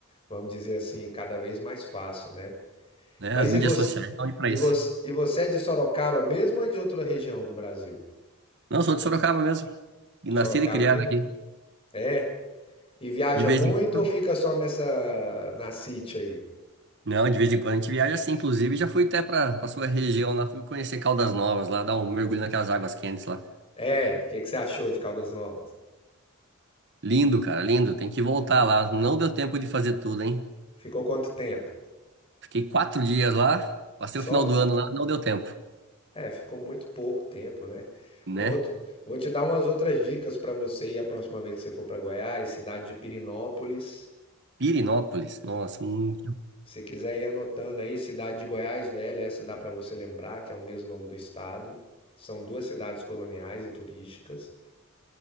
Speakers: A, on the left; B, on the right.
A: vamos dizer assim, cada vez mais fácil, né?
B: né?
A: Mas
B: As mídias
A: e você,
B: sociais estão aí pra
A: e
B: isso.
A: você, e você é de Sorocaba mesmo ou é de outra região do Brasil?
B: Não, sou de Sorocaba mesmo, e
A: Sorocaba
B: nascido e criado
A: mesmo?
B: aqui.
A: É. E viaja
B: De vez
A: muito
B: em quando,
A: ou fica só nessa, na City aí?
B: não, de vez em quando a gente viaja assim, inclusive já fui até pra, pra sua região lá, fui conhecer Caldas Novas lá, dar um mergulho naquelas águas quentes lá.
A: É, o que que você achou de Caldas Novas?
B: Lindo, cara, lindo, tem que voltar lá. Não deu tempo de fazer tudo, hein?
A: Ficou quanto tempo?
B: Fiquei quatro dias lá, passei
A: Só?
B: o final do ano lá, não deu tempo,
A: É, ficou muito pouco tempo, né?
B: né?
A: Um outro, vou te dar umas outras dicas para você ir a próxima vez que você for para Goiás, cidade de Pirinópolis.
B: Pirinópolis, nossa, hum,
A: Se quiser ir anotando aí, cidade de Goiás Velha, essa dá para você lembrar, que é o mesmo nome do estado. São duas cidades coloniais e turísticas.